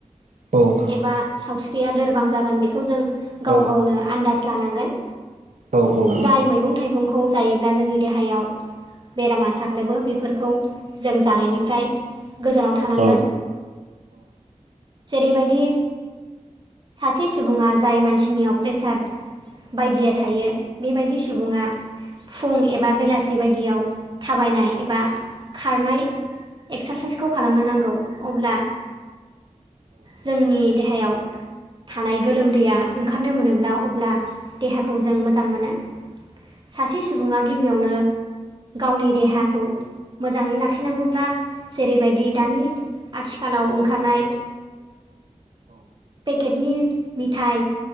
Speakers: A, on the right; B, on the right.
A: औ
B: एबा सावस्रिया लोरबां जागोन बेखौ जों गाव
A: औ
B: गावनो आन्दाज लानांगोन
A: औ औ औ
B: जाय मैगं थाइगंखौ जायोब्ला जोंनि देहायाव बेरामा साग्लोबो बेफोरखौ जों जानायनिफ्राय गोजानाव थानांगोन
A: औ
B: जेरैबायदि सासे सुबुङा जाय मानसिनियाव प्रेसार बायदिया थायो बेबायदि सुबुङा फुं एबा बेलासि बायदियाव थाबायनाय एबा खारनाय एक्सारसाइसखौ खालामनो नांगौ अब्ला जोंनि देहायाव थानाय गोलोमदैया ओंखारनो मोनोब्ला अब्ला देहाखौ जों मोजां मोनो सासे सुबुङा गिबियावनो गावनि देहाखौ मोजाङै लाखिनांगौब्ला जेरैबायदि दानि आथिखालाव ओं होखानाय पेकेटनि मिथाइ